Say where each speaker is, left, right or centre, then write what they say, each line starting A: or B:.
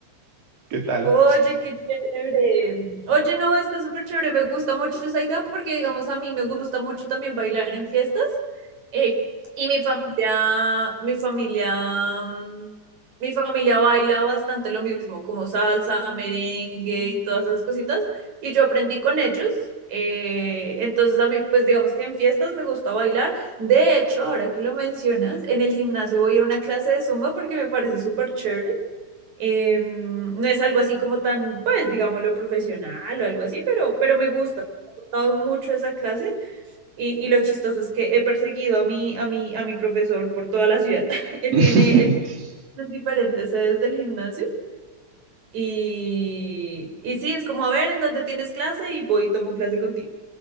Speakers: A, on the right; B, on the right.
A: ¿Qué tal?
B: Oye, qué chévere. Oye, no, está súper chévere. Me gusta mucho esa idea porque, digamos, a mí me gusta mucho también bailar en fiestas. Eh, y mi familia, mi familia, mm, mi familia baila bastante lo mismo, como salsa, merengue y todas esas cositas. Y yo aprendí con ellos. Eh, entonces a mí, pues digamos que en fiestas me gusta bailar. De hecho, ahora que lo mencionas, en el gimnasio voy a una clase de zumba porque me parece súper chévere eh, no es algo así como tan, pues, digámoslo, profesional o algo así, pero, pero me gusta, me ha gustado mucho esa clase. Y, y lo chistoso es que he perseguido a mi, a mi, a mi profesor por toda la ciudad. <laughs> Él
A: <laughs>
B: tiene, él tiene diferentes sedes del gimnasio. Y, y sí, es como, a ver, ¿en dónde tienes clase? Y voy y tomo clase contigo,